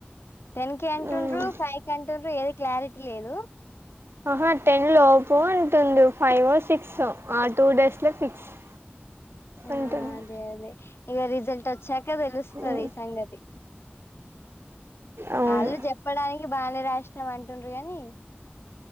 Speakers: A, on the left; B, on the right.
A: టెన్ కి అంటుండ్రు
B: ఉమ్.
A: ఫైవ్ కి అంటుండ్రు ఏది క్లారిటీ లేదు
B: ఆహా టెన్ లోపోల అంటుంరు ఫైవ్ ఓ సిక్స్ ఆ టూ డేస్ లో ఫిక్స్ <inaudible>
A: ఆ
B: అంటుంది
A: అదే అదే ఇగా రిజల్ట్ వచ్చాక తెలుస్తుంది
B: ఉమ్.
A: ఈ సంగతి
B: అవును
A: వాళ్ళు చెప్పడానికి బానే రాసినాం అంటుండ్ర కానీ